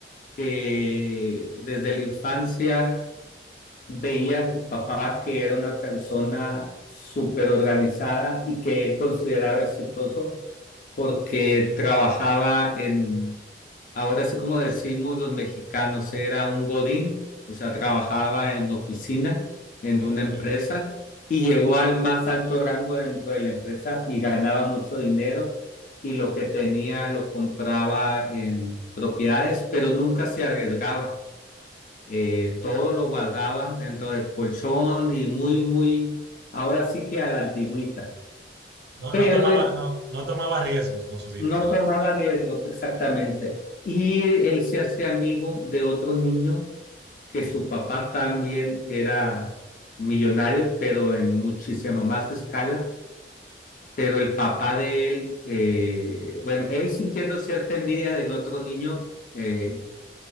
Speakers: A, on the left; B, on the right.
A: que desde la infancia veía a su papá que era una persona súper organizada y que él consideraba exitoso porque trabajaba en, ahora sí como decimos los mexicanos, era un godín, o sea, trabajaba en oficina, en
B: Ok.
A: una empresa, y llegó al más alto rango dentro de la empresa y ganaba mucho dinero y lo que tenía lo compraba en propiedades, pero nunca se arriesgaba. Eh, todo lo guardaba dentro del colchón y muy, muy, ahora sí que a la antigüita.
B: No,
A: Pero
B: no tomaba,
A: él
B: no, no tomaba riesgos con su dinero.
A: No tomaba riesgos exactamente. Y él se hace amigo de otro niño que su papá también era millonario, pero en muchísima más escala. Pero el papá de él, eh, bueno, él sintiendo cierta envidia del otro niño, eh,